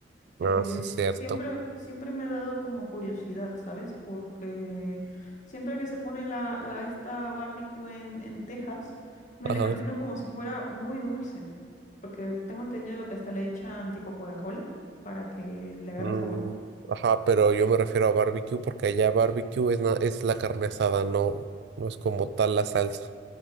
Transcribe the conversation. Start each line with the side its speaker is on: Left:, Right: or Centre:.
Right: Ah,
Left: eh,
Right: sí,
Left: s-
Right: es cierto.
Left: siempre, siempre me ha dado como curiosidad, ¿sabes? Porque siempre que se pone la, la esta barbecue en, en Texas, me
Right: Ajá.
Left: la imagino como si fuera muy dulce, porque tengo entendido que hasta le echan tipo Coca-Cola para que le agarre
Right: Mm,
Left: sabor.
Right: ajá, pero yo me refiero a barbecue porque allá barbecue es, na- es la carne asada, no, no es como tal la salsa,